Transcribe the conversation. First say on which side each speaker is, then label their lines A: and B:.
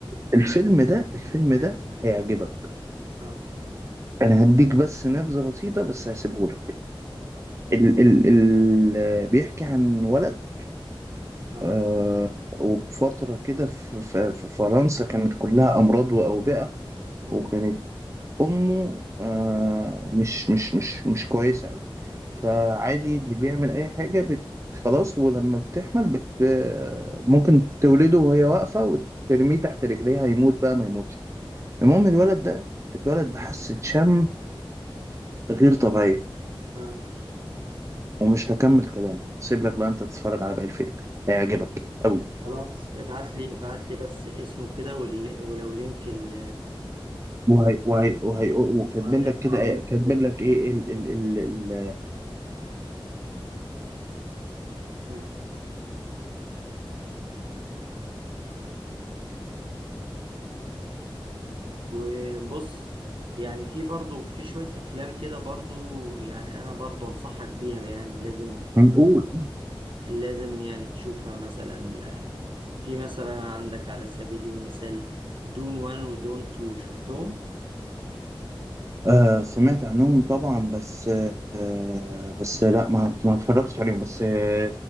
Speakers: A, on the right (about 30°); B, on the right (about 60°).
A: الفيلم ده الفيلم ده هيعجبك
B: اه
A: انا هديك بس نبذه بسيطه بس هسيبهولك ال ال ال بيحكي عن ولد
B: اه
A: آه وبفتره كده في, في, في فرنسا كانت كلها امراض واوبئه
B: مم،
A: وكانت امه آه مش مش مش مش كويسه قوي فعادي
B: اه
A: اللي بيعمل اي حاجه بت خلاص ولما بتحمل بت آه، ممكن تولده وهي واقفه وترميه تحت رجليها يموت بقى ما يموتش المهم
B: اه
A: الولد ده اتولد بحاسه شم غير طبيعيه
B: آه.
A: ومش هكمل كلام هسيب لك بقى انت تتفرج على باقي الفيلم هيعجبك قوي
B: خلاص ابعت لي ابعت لي بس اسمه كده وال- ولو لينك ال
A: وهي وهي وهي وكاتبين
B: هنقرب
A: لك كده ايه- كاتبين
B: كده
A: لك ايه ال ال ال ال
B: مم. وبص يعني في برضو في شوية أفلام كده برضو يعني أنا برضو أنصحك بيها يعني لازم
A: نقول
B: لازم يعني تشوفها مثلا آه، في مثلا عندك على سبيل المثال دون وان ودون تو شفتهم؟
A: آه سمعت عنهم طبعا بس آه بس لا ما ما اتفرجتش عليهم بس آه